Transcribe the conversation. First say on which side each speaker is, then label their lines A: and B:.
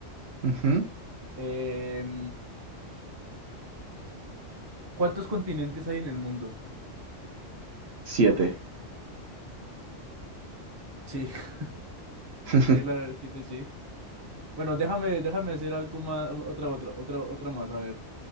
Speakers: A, on the right (about 60°); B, on the right (about 25°).
A: Ujú.
B: Em, ¿cuántos continentes hay en el mundo?
A: Siete.
B: Sí, <laughs>
A: <laughs>
B: sí, la, sí, pues sí. Bueno, déjame, déjame decir algo más, otra, otra, otra, otra más, a ver.